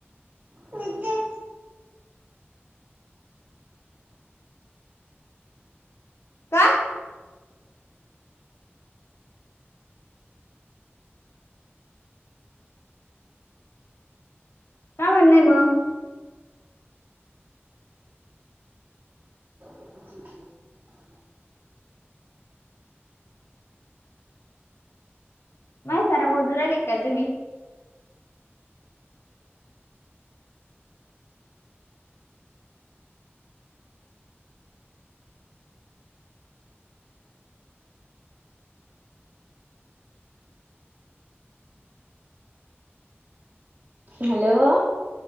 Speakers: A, on the right (about 30°); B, on the left (about 70°).
A: ठीक आहे.
B: काय? काय म्हणणंय मग
A: ही
B: माझ सारा मजूरा आले का तुम्ही
A: हॅलो.